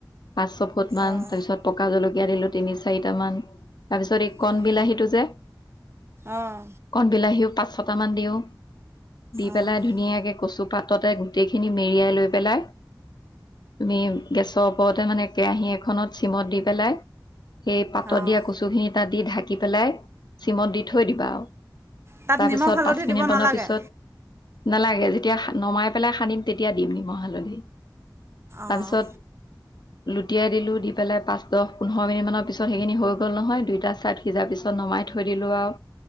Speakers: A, on the left; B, on the right.
A: পাঁচ ছ ফুট মান
B: অঁ
A: তাৰ পিছত পকা জল কিয়া দিলো তিনি চাৰিট মান তাৰপিছত এই কণ
B: অঁ
A: বিলাহীটো যে,
B: অঁ
A: কণ বিলাহীও পাঁচ ছটা মান দিও। দি
B: অঁ
A: পেলাই ধুনীয়াকে কচু পাততে গোটেইখিনি মেৰিয়াই লৈ পেলাই তুমি গেছত ওপৰতে মানে কেৰাহী এখনত চিমত দি পেলাই এই পাতত
B: অঁ
A: দিয়া কচো দি ঢাকি পেলাই চিমন দি থৈ দিবা আও।
B: তাত
A: তাৰপিছত
B: নিমখ হালধি
A: পাঁচ
B: দিব
A: মিনিটমানৰ
B: নালাগে
A: পিছত নালাগে যেতিয়া নমাই পেলাই সানিম তেতিয়া দিম নিমখ হালধি।
B: অঁ
A: তাৰপিছত লুটিয়াই দিলো দি পেলাই পাঁচ দহ পোন্ধৰ মিনিটানৰ পিছত সেইখিনি হৈ গল নহয় দুইটা ছাইড সিজা পিছত নমাই থৈ দিলো আও।